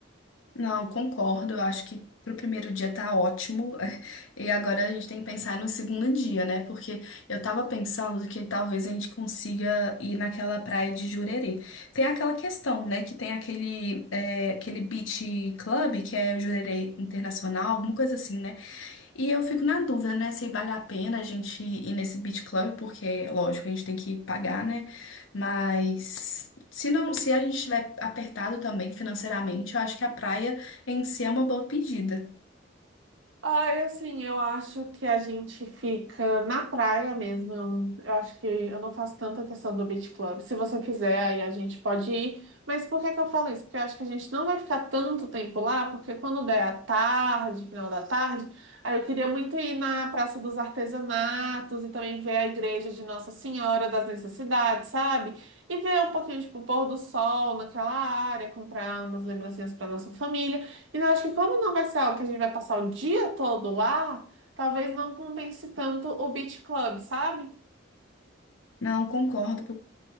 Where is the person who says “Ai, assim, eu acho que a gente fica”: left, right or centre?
Right